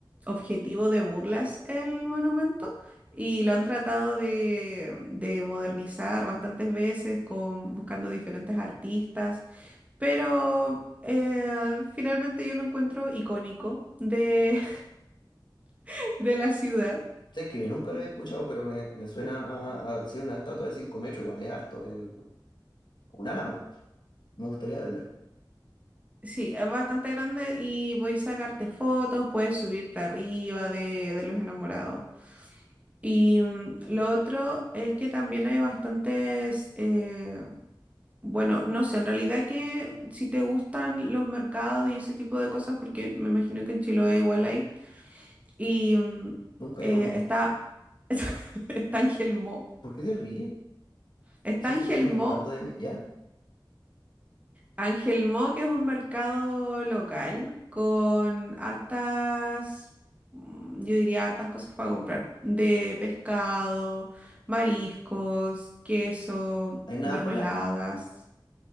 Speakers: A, on the right; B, on the left.
A: objetivo de burlas el monumento y lo han tratado de, de modernizar bastantes veces con, buscando diferentes artistas. Pero eh, finalmente yo lo encuentro icónico de, <laughs> de la ciudad.
B: Sé que nunca lo he escuchado, pero me, me suena a, a ser una estatua de 5 metros. Igual es harto. es un álamo. Me gustaría verla.
A: Sí, es bastante grande y podéis sacarte fotos, puedes subirte arriba de, de los enamorados. Y mm, lo otro es que también hay bastantes, eh, bueno, no sé, en realidad que si te gustan los mercados y ese tipo de cosas, porque me imagino que en Chiloé igual hay, y mm,
B: Nunca he
A: eh,
B: ido a uno.
A: está, <laughs> está Ángel Mo,
B: ¿Por qué te ríes?
A: está
B: Si
A: Ángel
B: tú te estás
A: Mo,
B: burlando de mí. ¿Ya?
A: Ángel Mo que es un mercado local con hartas, mm, yo diría hartas cosas para comprar, de pescado, mariscos, queso,
B: ¿Hay navajuela?
A: mermeladas.